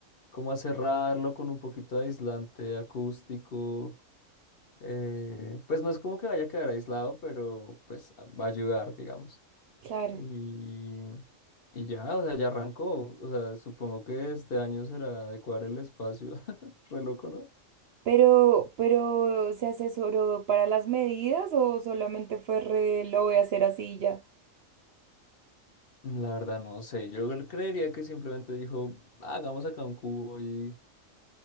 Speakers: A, on the left; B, on the right.
A: como a cerrarlo con un poquito de aislante acústico. eh, pues no es como que vaya a quedar aislado, pero pues a- va a ayudar, digamos.
B: claro,
A: Y, y ya, o sea, ya arrancó. O sea, supongo que este año será adecuar el espacio. <laughs> Re loco, ¿no?
B: pero, pero ¿se asesoró para las medidas o solamente fue re, lo voy a hacer así y ya?
A: La verdad no sé, yo cre- creería que simplemente dijo, hagamos acá un cubo y,